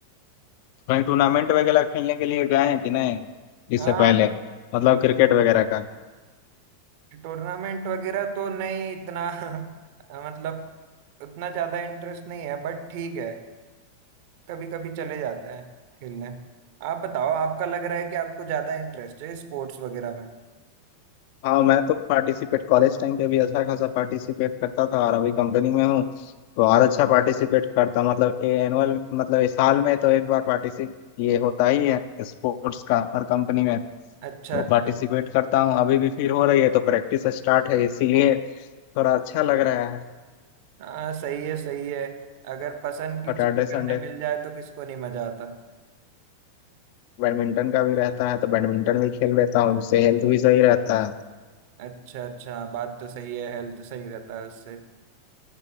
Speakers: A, on the left; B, on the right.
A: कहीं टूर्नामेंट वगैरह खेलने के लिए गए हैं कि नहीं
B: हाँ
A: इससे पहले मतलब क्रिकेट वगैरह
B: टूर्नामेंट वगैरह तो नहीं इतना <laughs> मतलब उतना ज्यादा इंटरेस्ट नहीं है बट ठीक है कभी कभी चले जाते हैं खेलने आप बताओ आपका लग रहा है कि आपको ज्यादा इंटरेस्ट है स्पोर्ट्स वगैरह में
A: हाँ मैं तो पार्टिसिपेट कॉलेज टाइम पे भी अच्छा खासा पार्टिसिपेट करता था और अभी कंपनी में हूँ तो और अच्छा पार्टिसिपेट करता मतलब एनुअल मतलब इस साल में तो एक बार पार्टिसिपेट ये होता ही है स्पोर्ट्स का हर कंपनी में
B: अच्छा
A: तो
B: अच्छा
A: पार्टिसिपेट करता हूँ अभी भी फिर हो रही है तो प्रैक्टिस स्टार्ट है इसीलिए थोड़ा अच्छा लग रहा है
B: हाँ सही है सही है अगर पसंद की
A: सैटरडे
B: चीज करने
A: संडे
B: मिल जाए तो किसको नहीं मजा आता
A: बैडमिंटन का भी रहता है तो बैडमिंटन भी खेल लेता हूँ उससे हेल्थ भी सही रहता है
B: अच्छा अच्छा बात तो सही है हेल्थ सही रहता है उससे